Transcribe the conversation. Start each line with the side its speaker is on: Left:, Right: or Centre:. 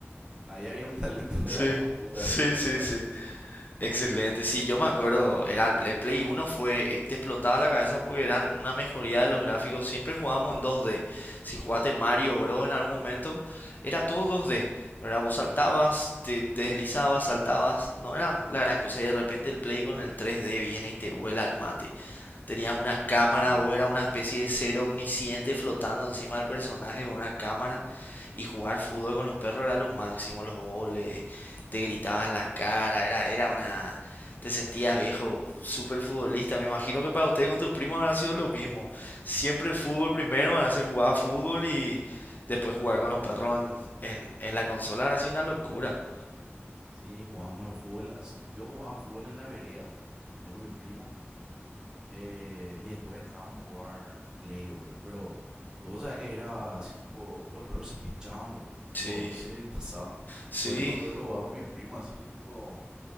Right: Ahí había un talento de
Left: Sí,
Right: la gran puta,
Left: sí,
Right: boludo,
Left: sí,
Right: para
Left: sí.
Right: hacer eso.
Left: Excelente, sí, yo
Right: Era,
Left: me acuerdo, era el Play, Play uno fue, eh, te explotaba la cabeza porque eran una mejoría de los gráficos, siempre jugábamos en 2D, si jugaste Mario Bros en algún momento, era todo 2D, ¿verdad? Vos saltabas, te, te deslizabas, saltabas, no era la gran cosa, y de repente el Play con el 3D viene y te vuela al mate, tenías una cámara,
Right: sí.
Left: vos eras una especie de ser omnisciente flotando encima del personaje con una cámara, y jugar fútbol con los perros era lo máximo, los goles, te gritaban la cara, era, era una... Te sentías viejo, súper futbolista. Me imagino que para usted con tus primos habrá sido lo mismo. Siempre el fútbol primero, van a hacer jugar a fútbol y después jugar con los perros en, en, en la consola habrá sido una locura.
Right: Sí, jugábamos al fútbol. Así, yo jugaba fútbol en la vereda, ahí con mi primo. eh, y después entrábamos a jugar play, boludo. Pero, pero vos sabés que era así, tipo, los perros se pichaban, boludo. Tipo,
Left: Sí,
Right: no sé si <laughs> pasaba.
Left: sí.
Right: Pero yo me acuerdo que jugaba con mi primo así, tipo,